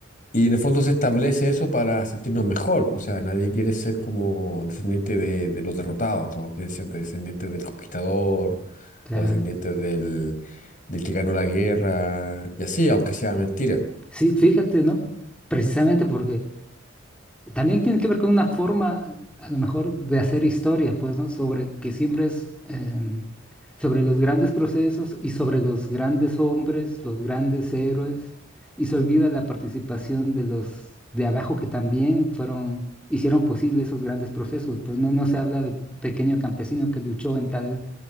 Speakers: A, on the left; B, in the centre.
A: y en el fondo se establece eso para sentirnos mejor. pues, O sea, nadie quiere ser como descendiente de, de los derrotados, todos quieren ser descendientes del conquistador,
B: o sea,
A: los descendientes del, del que ganó la guerra, y así, aunque sea mentira.
B: sí, fíjate, ¿no? Precisamente porque También tiene que ver con una forma, a lo mejor, de hacer historia, pues, ¿no? Sobre que siempre es em, sobre los grandes procesos y sobre los grandes hombres, los grandes héroes, y se olvida la participación de los de abajo que también fueron, hicieron posible esos grandes procesos. Pues no, no se habla del pequeño campesino que luchó en tal